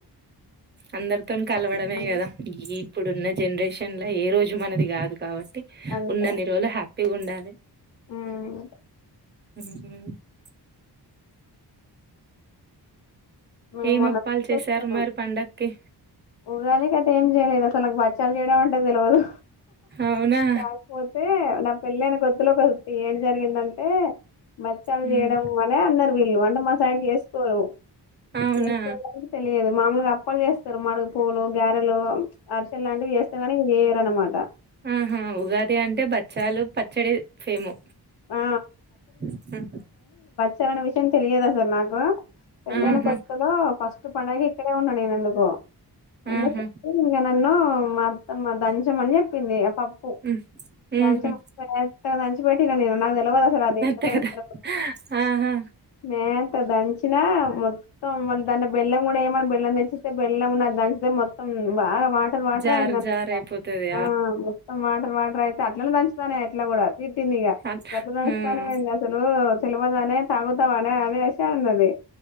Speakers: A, on the right; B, on the left.
A: అందరితోని కలవడమే
B: ఉమ్
A: కదా ఈ ఇప్పుడున్న జనరేషన్. ఎండ ఏ రోజు మనది కాదు కాబట్టి.
B: అంతే
A: ఉన్ననీ రోజులు హ్యాపీ హ్యాపీగా ఉండాలి.
B: ఉమ్
A: హ్మ <unintelligible>
B: మేమొన్న
A: ఏం అప్పాలు
B: తీస్తున్నాం
A: చేశారు మరి పండక్కి
B: ఉగాది కంటే ఏం చేయలేదు అసలు నాకు బచ్చాలు చేయడం అంటే తెలవదు.
A: అవునా
B: కాకపోతే నా పెళ్ళైన కొత్తలో ఒ ఏం జరిగిందంటే బచ్చాలు
A: హ్మ్.
B: చేయడం అనే అన్నారు వీళ్ళు అంటే మా సైడ్ చేసుకోరు.
A: అవునా
B: చేసుగోరు కానీ తెలం లేదు మామలుగా అప్పాలు చేస్తారు. మడగ పూలు, గారెలు, అరిసెలు లాంటివి చేస్తారు. కానీ ఇవి చేయరు అనమాట.
A: ఆహా ఉగాది అంటే బచ్చాలు పచ్చడి ఫేము
B: ఆ
A: ఉ
B: సరైన విషయం తెలియదు అసలు నాకు గో పెళ్లైన
A: ఆహా
B: కొత్త లో ఫస్ట్ పండగ ఇక్కడే ఉన్నా నేను బా ఉన్న
A: ఆహా
B: సాయంత్రం నన్న మా అత్తమ్మ దంచం అని చెప్పింది పప్పు
A: హ్మ్ ఊహూ
B: దంచమని మెత్తగా పెట్డి నెను తెలవదా సాలు అది ఎట్ల
A: అంతే
B: దంచుతారో
A: కదా ఆహా
B: హా దంచిన మో మొత్తం మళ దాని బెల్లం కూడా ఏమన్నా బెల్లం తెచ్చిస్తే బెల్లం దే మొత్తం బాగా వాటర్ వాటర్
A: జార్
B: అయిందనుకుంటా
A: జార్ అయిపోతది
B: ఆ మొత్తం వాటర్ వటర్ అయితే అట్లనే దంచుతానే ఎట్లా కూడా తిట్టినిక
A: అంత
B: గట్ట నస్నానమ
A: హ్మ్
B: ఏంది అసలు తెల్వదనే తాగుతావానే అనే సే అన్నది